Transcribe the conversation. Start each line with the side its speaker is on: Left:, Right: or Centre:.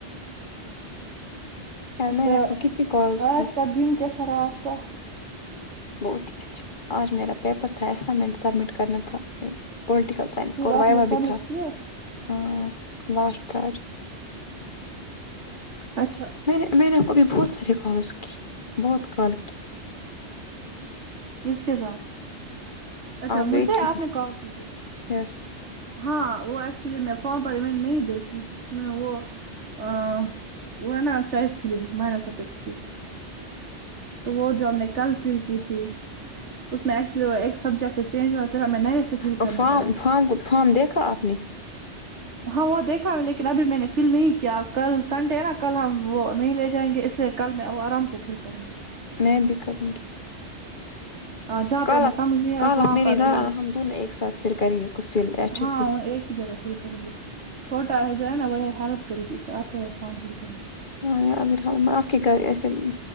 Left: یار
Right: اچھا
Left: میں نے آپ کو کتنی کالز
Right: آج
Left: کی
Right: کا دن کیسا رہا آپ کا
Left: بہت ہی اچھا آج میرا پیپر تھا اسائنمنٹ سبمٹ کرنا تھا پولٹیکل سائنس
Right: پھر
Left: کور
Right: آپ
Left: وائی
Right: نے
Left: وا
Right: سبمٹ
Left: بھی تھا
Right: کیے
Left: ہاں لاسٹ تھا آج
Right: اچھا
Left: میں نے میں نے آپ کوبھی بہت سارے کالز کی بہت کال کی
Right: کس کے ساتھ اچھا
Left: ویٹنگ
Right: مجھے آپ
Left: میں
Right: نے کال کی تھی
Left: یس
Right: ہاں وہ ایکچولی میں فام پر میں نے نہیں دیکھی میں وہ و این آ وہ ہے نہ چوائس فیلنگ مائنر سبجیکٹس کی تو وہ جو ہم نے کل فل کی تھی اس میں ایکچلی ایک سبجیکٹ چینج ہوئے پھر ہمیں نئے فل
Left: اور
Right: کرنا
Left: فام
Right: پڑا
Left: فام کو فام دیکھا آپ نے
Right: ہاں وہ دیکھا لیکن ابھی میں نے فل نہیں کیا کل سنڈے نا کل ہم وہ نہیں لے جائیں گے اس لیے کل میں وہ آرام سے فل کروں گی
Left: میں بھی کروں گی
Right: ہ جہاں
Left: کل
Right: پہ ہمیں
Left: آپ
Right: سمجھ نہیں آئے
Left: کل
Right: گا وہاں
Left: آپ میرے
Right: پر
Left: گھر
Right: یہ
Left: آنا ہم دونوں ایک ساتھ پھر کریں گے اس کو فل اچھے
Right: ہاں
Left: سے
Right: ایک جگہ فل کریں گے چھوٹا ہے جو ہے نا وہ ہیلپ کرے گی اس سے آتے فارم فل کرنے
Left: ہاں یار اگر ہم آپ کی کر ایسے میں